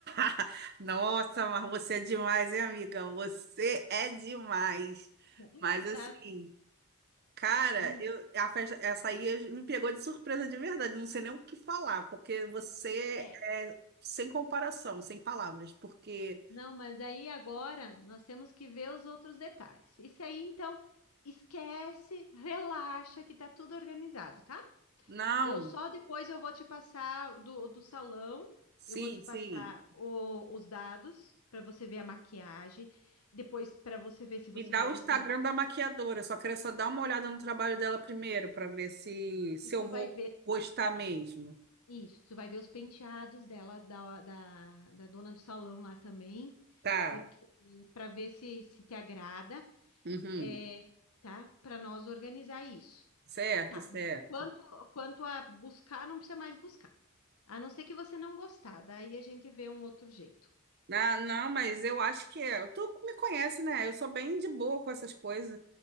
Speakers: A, on the right; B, on the left.
A: <laughs> Nossa, mas você é demais, hein, amiga? Você é demais.
B: <laughs>
A: Mas assim,
B: tá?
A: cara,
B: Hum,
A: eu, a festa, essa aí me pegou de surpresa de verdade. Não sei nem o que falar, porque você
B: é.
A: é sem comparação, sem palavras, porque.
B: Não, mas aí agora nós temos que ver os outros detalhes. Isso aí, então, esquece, relaxa que tá tudo organizado, tá?
A: Não,
B: Eu só depois eu vou te passar do, do salão,
A: sim,
B: eu vou te
A: sim.
B: passar o- os dados para você ver a maquiagem, depois para você ver se você
A: Me dá
B: vai
A: o
B: gostar.
A: Instagram da maquiadora. Só quero só dar uma olhada no trabalho dela primeiro para ver se se
B: E
A: eu
B: tu
A: vou
B: vai ver
A: gostar mesmo.
B: isso, tu vai ver os penteados dela, da, da, da dona do salão lá também,
A: Tá.
B: porque para ver se, se te agrada,
A: Uhum.
B: é, tá? Para nós organizar isso,
A: Certo,
B: tá?
A: certo.
B: Quanto, quanto a buscar, não precisa mais buscar. A não ser que você não gostar, daí a gente vê um outro jeito.
A: Ah, não, mas eu acho que é. Tu me conhece, né? Eu sou bem de boa com essas coisas.